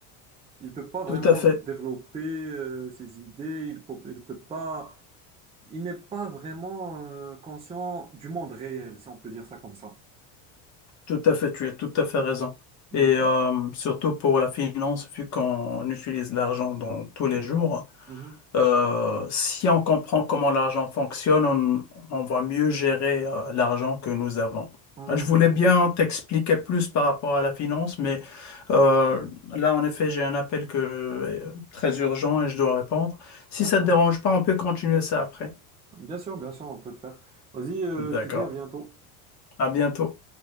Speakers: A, on the right; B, on the left.
A: Il peut pas vraiment
B: tout à fait,
A: développer euh, ses idées, il peut, il peut pas, il n'est pas vraiment euh, conscient du monde réel, si on peut dire ça comme ça.
B: tout à fait, tu as tout à fait raison.
A: Mhm,
B: Et euh, surtout pour la finance, vu qu'on utilise l'argent dans tous les
A: mhm,
B: jours.
A: mhm,
B: Euh, si on comprend comment l'argent fonctionne, on, on va mieux gérer euh, l'argent que nous avons.
A: mhm,
B: Euh, Je voulais
A: mhm.
B: bien t'expliquer plus par rapport à la finance, mais euh, là, en effet, j'ai un appel que, euh, très urgent et je dois répondre. Si
A: D'accord.
B: ça te dérange pas, on peut continuer ça après.
A: Bien sûr, bien sûr, on peut le faire. Vas-y, euh, je
B: D'accord.
A: te dis à bientôt.
B: À bientôt.